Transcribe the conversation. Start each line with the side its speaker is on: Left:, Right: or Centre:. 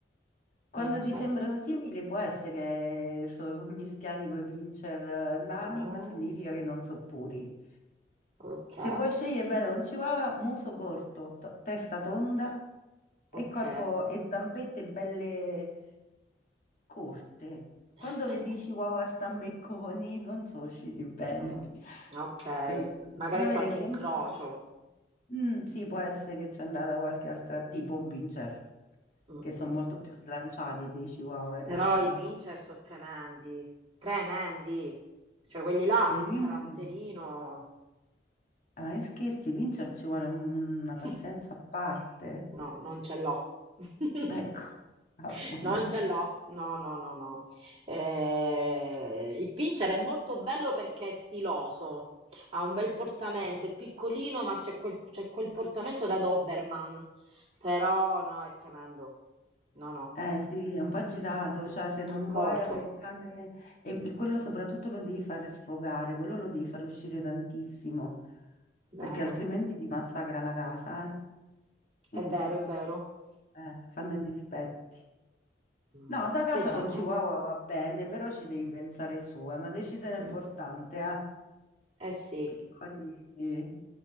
Left: Quando
Right: nel musetto.
Left: ti sembrano simili, può essere che sono <laughs> mischiati coi pincher eh, nani,
Right: Ah,
Left: ma significa che non sono puri.
Right: ok,
Left: Se vuoi scegliere bene un chihuahua, muso corto, t- testa tonda e
Right: ok.
Left: corpo e zampette belle, corte.
Right: <laughs>
Left: Quando vedi Chihuahua stambecconi, non so usciti bene.
Right: Mm, ok,
Left: Capito?
Right: magari
Left: Devono avere
Right: qualche
Left: le
Right: incrocio.
Left: zampe più Mm, sì, può essere che c'è andata qualche altra, tipo un pincher,
Right: Mm-mm.
Left: che sono molto più slanciati dei Chihuahua in
Right: Però
Left: realtà.
Right: i pincher sono tremendi, tremendi. Cioè, quelli là hanno
Left: Per
Right: un
Left: i
Right: caratterino.
Left: pincher, ah, ma che scherzi, i pincher ci vuole un- una
Right: <laughs>
Left: pazienza a parte.
Right: No, non ce l'ho. <laughs>
Left: Ecco, <laughs> appunto.
Right: Non ce l'ho. No, no, no, no. Eh, il pincher è molto bello perché è stiloso. Ha un bel portamento, è piccolino, ma c'è quel, c'è quel portamento da Doberman. Però no, è tremendo. No, no,
Left: Eh sì, è un po' agitato, cioè se non
Right: molto.
Left: vuoi avere il cane e, e quello soprattutto lo devi fare sfogare, quello lo devi far uscire tantissimo, perché
Right: Vero,
Left: altrimenti ti massacra la casa,
Right: è
Left: eh. <laughs>
Right: vero, è vero.
Left: Eh, fanno i dispetti.
Right: Ma
Left: No, da casa
Right: vediamo.
Left: un chihuahua va bene, però ci devi pensare su, è una decisione importante,
Right: Mm.
Left: eh.
Right: Eh sì,
Left: Perché poi eh,